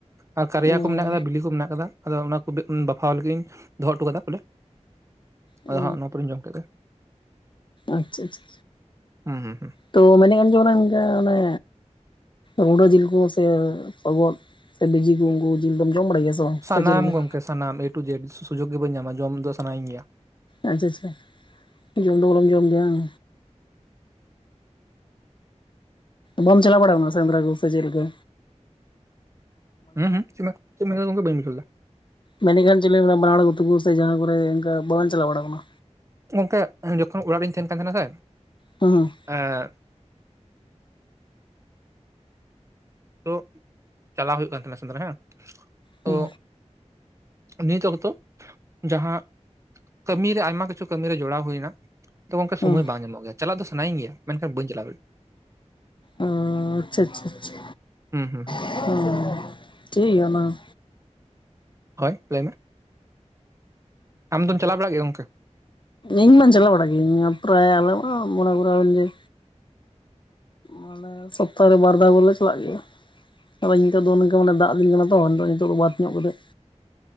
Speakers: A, on the right (about 25°); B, on the left (about 40°).
A: ᱟᱨ ᱠᱟᱨᱭᱟ
B: ᱦᱮᱸ
A: ᱠᱚ ᱢᱮᱱᱟᱜ ᱠᱟᱫᱟ ᱵᱤᱞᱤ ᱠᱚ ᱢᱮᱱᱟᱜ ᱠᱟᱫᱚ ᱟᱫᱚ ᱚᱱᱟ ᱠᱩ ᱜᱮ ᱵᱟᱯᱷᱟᱣ ᱞᱟᱹᱜᱤᱜ ᱤᱧ ᱫᱚᱦᱚᱜ ᱴᱩ ᱠᱟᱫᱟ ᱵᱚᱞᱮ,
B: ᱦᱮᱸ
A: ᱟᱫᱚ ᱦᱟᱸᱜ ᱱᱚᱣᱟ ᱯᱚᱨᱮᱧ ᱡᱚᱢ ᱠᱮᱫᱮ
B: ᱟᱪᱪᱷᱟ ᱟᱪᱪᱷᱟ
A: ᱦᱩᱸ ᱦᱩᱸ ᱦᱩᱸ᱾
B: ᱛᱚ ᱢᱮᱱᱮᱜ ᱠᱟᱱ ᱡᱮ ᱚᱱᱟ ᱜᱚᱝᱠᱮ ᱚᱱᱮ ᱜᱩᱰᱟᱹ ᱡᱤᱞ ᱠᱚ ᱥᱮ ᱥᱚᱜᱚᱫ ᱥᱮ ᱵᱤᱡᱤ ᱠᱚ ᱩᱱᱠᱩ ᱡᱤᱞ ᱫᱚᱢ ᱡᱚᱢ ᱵᱟᱲᱟᱭ ᱜᱮᱭᱟ ᱥᱮ ᱵᱟᱝ? ᱥᱮ
A: ᱥᱟᱱᱟᱢ
B: ᱪᱮᱫ ᱞᱮᱠᱟ
A: ᱜᱚᱝᱠᱮ ᱥᱟᱱᱟᱢ ᱮ ᱴᱩ ᱡᱮᱰ ᱥᱩᱡᱳᱜᱽ ᱜᱮ ᱵᱟᱹᱧ ᱧᱟᱢᱟ ᱡᱚᱢ ᱫᱚ ᱥᱟᱱᱟᱭᱤᱧ ᱜᱮᱭᱟ᱾
B: ᱟᱪᱪᱷᱟ ᱟᱪᱪᱷᱟ ᱡᱚᱢ ᱫᱚ ᱵᱚᱨᱚᱢ ᱡᱚᱢ ᱜᱮᱭᱟ ᱦᱟᱝ᱾ ᱵᱟᱢ ᱪᱟᱞᱟᱣ ᱵᱟᱲᱟᱣ ᱠᱟᱱᱟ ᱥᱮᱸᱫᱽᱨᱟ ᱡᱤᱞ ᱥᱮ ᱡᱮᱞ ᱜᱮ
A: ᱦᱩᱸ ᱦᱩᱸ ᱪᱮᱜ ᱮᱢ ᱢᱮᱱ ᱪᱮᱜ ᱮᱢ ᱢᱮᱱᱫᱟ ᱜᱚᱝᱠᱮ ᱵᱟᱹᱧ ᱵᱩᱡᱷᱟᱣ ᱞᱮᱫᱟ᱾
B: ᱢᱮᱱᱮᱠᱷᱟᱱ ᱡᱮᱞᱮ ᱵᱟᱱᱟ ᱦᱚᱲ ᱛᱩᱠᱩ ᱠᱩ ᱥᱮ ᱡᱟᱦᱟᱸ ᱠᱚᱨᱮ ᱤᱱᱠᱟ ᱵᱟᱝ ᱪᱟᱞᱟᱣ ᱵᱟᱲᱟ ᱠᱟᱱᱟ?
A: ᱜᱚᱝᱠᱮ ᱡᱚᱠᱷᱚᱱ ᱚᱲᱟᱜ ᱨᱤᱧ ᱛᱮᱦᱮᱱ ᱠᱟᱱ ᱛᱮᱦᱮᱸᱱᱟ ᱥᱮ
B: ᱦᱩᱸ ᱦᱩᱸ
A: ᱮᱸᱻ ᱛᱚ ᱪᱟᱞᱟᱣ ᱦᱩᱭᱩᱜ ᱠᱟᱱ ᱛᱟᱦᱮᱱᱟ ᱥᱮᱫᱽᱨᱟ ᱦᱮᱸ <inaudible> ᱛᱚ
B: ᱦᱩᱸ
A: ᱱᱤᱛ ᱚᱠᱛᱚ ᱡᱟᱦᱟᱸ ᱠᱟᱹᱢᱤᱨᱮ ᱟᱭᱢᱟ ᱠᱤᱪᱷᱩ ᱠᱟᱹᱢᱤᱨᱮ ᱡᱚᱲᱟᱣ ᱦᱩᱭᱱᱟ, ᱛᱚ ᱜᱚᱢᱠᱮ ᱥᱚᱢᱚᱭ
B: ᱦᱩᱸ
A: ᱵᱟᱝ ᱧᱟᱢᱚᱜ ᱜᱮᱭᱟ ᱪᱟᱞᱟᱜ ᱫᱚ ᱥᱟᱱᱟᱧ ᱜᱮᱭᱟ ᱢᱮᱱᱠᱷᱟᱱ ᱵᱟᱹᱧ ᱪᱟᱞᱟᱣ ᱫᱟᱲᱭᱟᱜ-ᱟ,
B: ᱚᱸᱻ ᱟᱪᱪᱷᱟ ᱟᱪᱪᱷᱟ ᱟᱪᱷᱟ᱾
A: ᱦᱩᱸᱻᱦᱩᱸ᱾
B: <unintelligible> ᱴᱷᱤᱠ ᱜᱮᱭᱟ ᱚᱱᱟ ᱦᱚᱸ᱾
A: ᱦᱳᱭ ᱞᱟᱹᱭ ᱢᱮ, ᱟᱢᱫᱚᱢ ᱪᱟᱞᱟᱣ ᱵᱟᱲᱟᱜ ᱜᱮᱭᱟ ᱜᱚᱢᱠᱮ?
B: ᱤᱧ ᱢᱟ ᱪᱟᱞᱟᱣ ᱵᱟᱲᱟᱜ ᱜᱮᱭᱤᱧ ᱯᱨᱟᱭ ᱟᱞᱮ ᱚᱱᱟ ᱠᱚᱨᱮ <unintelligible> ᱢᱟᱱᱮ ᱥᱚᱯᱛᱟᱦᱚᱨᱮ ᱵᱟᱨ ᱫᱷᱟᱣ ᱵᱚᱞᱮ ᱪᱟᱞᱟᱜ ᱜᱮᱭᱟ᱾ ᱟᱫᱚ ᱱᱤᱛᱳ ᱫᱚ ᱱᱚᱝᱠᱟ ᱢᱟᱱᱮ ᱫᱟᱜ ᱫᱤᱱ ᱠᱟᱱᱟ ᱛᱚ ᱱᱤᱛᱚᱜ ᱱᱤᱛᱚᱜ ᱫᱚ ᱵᱟᱫ ᱧᱚᱜ ᱠᱟᱛᱮᱫ,